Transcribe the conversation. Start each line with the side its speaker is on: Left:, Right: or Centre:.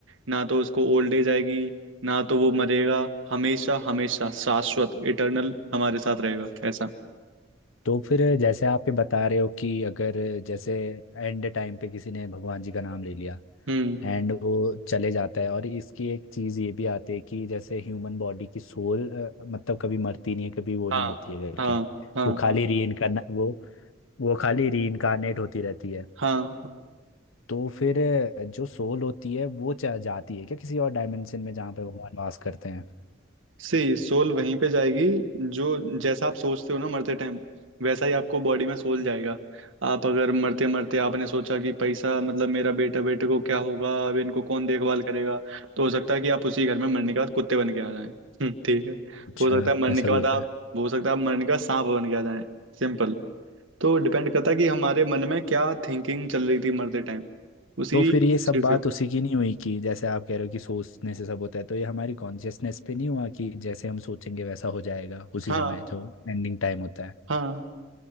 Right: ना तो उसको ओल्ड एज आएगी ना तो वो मरेगा हमेशा हमेशा शाश्वत इटर्नल हमारे साथ रहेगा ऐसा
Left: तो फिर जैसे आप ये बता रहे हो कि अगर जैसे एंड टाइम पे किसी ने भगवान जी का नाम ले लिया
Right: हम्म
Left: एंड वो चले जाता है और इसकी एक चीज़ ये भी आती है कि जैसे ह्यूमन बॉडी की सोल मतलब कभी मरती नहीं है कभी वो
Right: हाँ
Left: नहीं होती है करके
Right: हाँ हाँ
Left: वो खाली री इनकारना वो वो खाली री इनकारनेट होती रहती है
Right: हाँ
Left: तो फिर अ, जो सोल होती है वो चा- जाती है क्या किसी और डायमेंशन में जहाँ पे भगवान वास करते हैं
Right: सी सोल वहीं पे जाएगी जो जैसा आप सोचते हो ना मरते टाइम वैसा ही आपको बॉडी में सोल जाएगा आप अगर मरते मरते आपने सोचा कि पैसा मतलब मेरा बेटा बेटे को क्या होगा अब इनको कौन देखभाल करेगा तो हो सकता है कि आप उसी घर में मरने के बाद कुत्ते बन के आ जाएं हम्म, ठीक है
Left: अच्छा
Right: हो सकता है मरने
Left: ऐसा
Right: के
Left: भी
Right: बाद
Left: होता
Right: आप
Left: है
Right: हो सकता है आप मरने के बाद सांप बन के आ जाएं सिंपल तो डिपेंड करता है कि हमारे मन में क्या थिंकिंग चल रही थी मरते टाइम उसी
Left: तो फिर
Right: चीज
Left: ये सब बात
Right: के
Left: उसी की नहीं हुई कि जैसे आप कह रहे हो कि सोचने से सब होता है तो ये हमारी कॉन्शियसनेस पे नहीं हुआ कि जैसे हम सोचेंगे वैसा हो जाएगा उसी
Right: हाँ
Left: समय जो एंडिंग टाइम होता है
Right: हाँ